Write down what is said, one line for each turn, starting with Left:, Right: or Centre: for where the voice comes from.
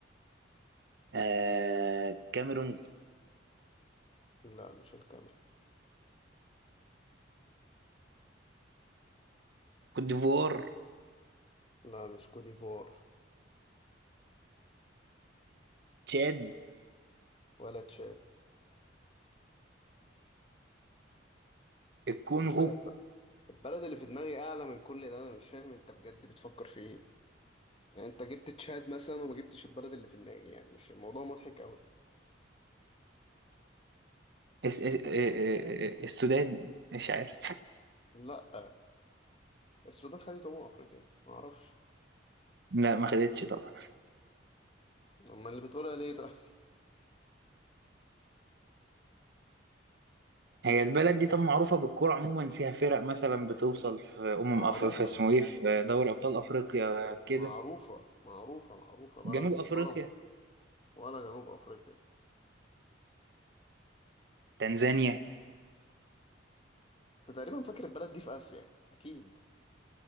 Right: آه... كاميرون
Left: لا مش الكاميرا
Right: كوت ديفوار
Left: لا مش كوديفوار
Right: تشاد
Left: ولا تشاد
Right: الكونغو
Left: حرفيا الب... البلد اللي في دماغي أعلى من كل ده أنا مش فاهم أنت بجد بتفكر في إيه يعني أنت جبت تشاد مثلا وما جبتش البلد اللي في دماغي يعني مش الموضوع مضحك قوي
Right: اس... اس... آه، آه، السودان مش عارف
Left: لا السودان خدت أمم أفريقيا ما أعرفش
Right: لا ما خدتش طبعا
Left: أما اللي بتقولها ليه طيب
Right: هي البلد دي طب معروفة بالكورة عموما فيها فرق مثلا بتوصل في أمم
Left: <laughs> معروفة
Right: أف... في اسمه
Left: يا باشا
Right: إيه في دوري أبطال أفريقيا كده
Left: معروفة معروفة معروفة بلد
Right: جنوب
Left: محترمة
Right: أفريقيا
Left: ولا جنوب أفريقيا
Right: تنزانيا
Left: أنت تقريبا فاكر البلد دي في آسيا أكيد